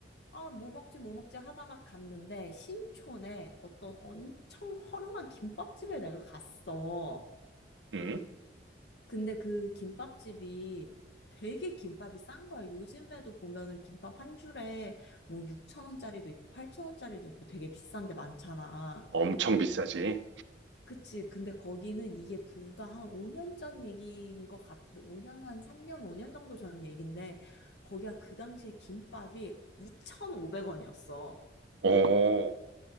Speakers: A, on the left; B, on the right.
A: 아, 뭐 먹지, 뭐 먹지 하다가 갔는데, 신촌에 어떤 엄청 허름한 김밥집에 내가 갔어.
B: 음.
A: 근데 그 김밥집이 되게 김밥이 싼 거야. 요즘에도 보면은 김밥 한 줄에 뭐 6천원짜리도 있고 8천원짜리도 있고 되게 비싼데 많잖아.
B: 엄청 비싸지.
A: 그치. 근데 거기는 이게 불과 한 5년 전 얘기인 것 같은데, 5년, 한 3년, 5년 정도 전 얘기인데, 거기가 그 당시에 김밥이 2,500원이었어.
B: 어,